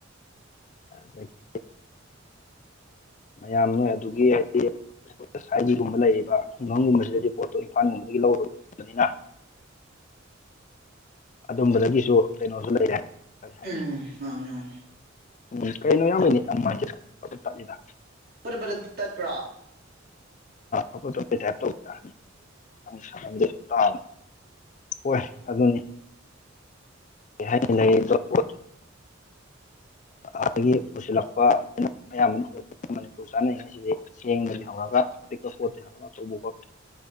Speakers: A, on the left; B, on the right.
A: ꯑꯗꯒꯤ ꯃꯌꯥꯝ ꯅꯣꯏ ꯑꯗꯨꯒꯤ ꯍꯥꯏꯗꯤ ꯁꯥꯏꯒꯤꯒꯨꯝꯕ ꯂꯩꯔꯤꯕ ꯈꯨꯡꯒꯪꯒꯨꯝꯕꯁꯤꯗꯗꯤ ꯄꯣꯠꯇꯣ ꯏꯝꯐꯥꯜꯒꯨꯝꯕꯗꯒꯤ ꯂꯧꯔꯕꯅꯤꯅ ꯑꯗꯨꯝꯕꯗꯒꯤꯁꯨ ꯀꯩꯅꯣꯁꯨ ꯂꯩꯔꯦ ꯀꯔꯤ ꯍꯥꯏꯅꯤ
B: ꯎꯝ ꯍꯅꯦꯉꯅꯤ
A: ꯎꯝ ꯀꯩꯅꯣ ꯌꯥꯝꯕꯩꯅꯤ ꯌꯥꯝꯁꯤꯗ ꯇꯠꯂꯤꯗ
B: ꯄꯨꯔꯄꯔ ꯇꯠꯄ꯭ꯔꯥ
A: ꯑꯈ ꯇ ꯄꯦ ꯇ ꯇ ꯁꯃꯝꯗ ꯄꯝ ꯍꯣꯏ ꯑꯗꯨꯅꯤ ꯍ ꯂꯩꯗ ꯄꯣ ꯑꯗꯒꯤ ꯄꯨꯁꯤꯜꯂꯛꯄ ꯀꯩꯅ ꯑꯌꯥꯝꯕꯅ ꯑꯣꯏ ꯃꯅꯤꯄꯨꯔ ꯆꯥꯅꯉꯩꯁꯤꯗꯤ ꯆꯦꯡꯗ ꯂꯩꯍꯧꯔꯒ ꯑꯄꯤꯛꯄ ꯄꯣꯠꯇ ꯍꯧꯔꯒ ꯇꯧꯕꯐ